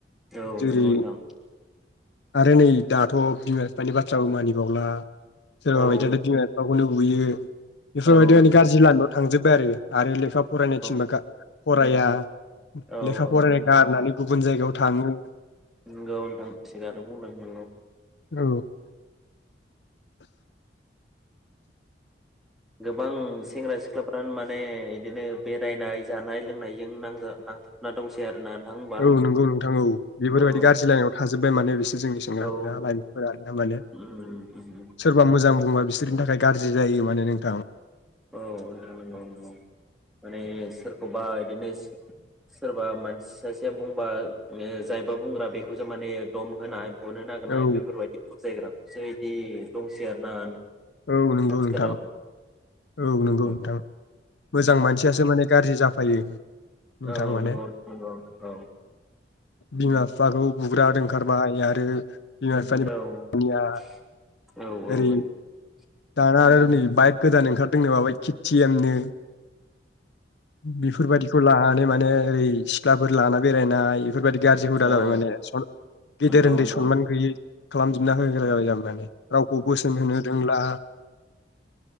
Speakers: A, in the centre; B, on the left.
A: औ
B: जेरै
A: नंगौ नोंथां
B: आरो नै दाथ' बिमा बिफानि बाथ्राबो मानिबावला सोरबा
A: औ
B: बायदियाथ' बिमा बिफाखौ खौनो बुयो बेफोरबायदियानो
A: औ
B: गारजि लमायाव थांजोब्बाय आरो आरो लेखा फरायनो
A: नंगौ
B: थिनबा गार फराया
A: औ
B: लेखा
A: औ
B: फरायनाय गारनानै गुबुन जायगायाव थाङो
A: नंगौ नोंथां थिगानो बुंदों नंगौ
B: औ
A: गोबां सेंग्रा सिख्लाफ्रा माने बिदिनो बेरायनाय जानाय लोंनायजों नांजा नांथाबना दंसै आरोना नोंथां होमबा
B: औ नंगौ नोंथां औ बेफोरबायदि
A: औ
B: गाज्रि लामायाव थाजो जोब्बाय माने बिसि जोंनि सेंग्राफोरा
A: औ
B: लाइमोनफोरा नामानो
A: उम उम
B: सोरबा मोजां बुंबा बिसोरनि थाखाय गाज्रि जायो माने नोंथां
A: औ नोंथां नंगौ नंगौ माने सोरखौबा बिदिनो सोरबा मानसि सासेया बुंबा जायबा बुंग्रा बेखौसो माने दम होनाय बुनो नागिरनाय
B: औ
A: बेफोरबायदि बुजायग्राखौसोदि दंसे आरो ना
B: औ नंगौ
A: आथिखालाव
B: नोंथां औ नंगौ नोंथां
A: औ
B: मोजां मानसियासो माने गाज्रि जा जाफायो नोंथां
A: औ
B: माने
A: नंगौ नंगौ औ
B: बिमा बिफाखौ बुग्रा ओंखारबाय आरो
A: औ
B: बिमा बिफानि दानिया
A: औ औ
B: ओरै दाना आरो नै बाइक गोदान ओंखारदोंनो माबा केटिएमनो बेफोरबायदिखौ लानानै माने ओरै सिख्लाफोर लाना बेरायनाय बेफोरबायदि गाज्रि हुदा जाबाय
A: औ
B: माने गिदेर
A: नंगौ
B: उन्दै
A: नोंथां
B: सनमान
A: नंगौ
B: गैयि खालाम जोबनो होग्रा जाबाय जामोननानै रावखौ बोसोन होनो दोंब्ला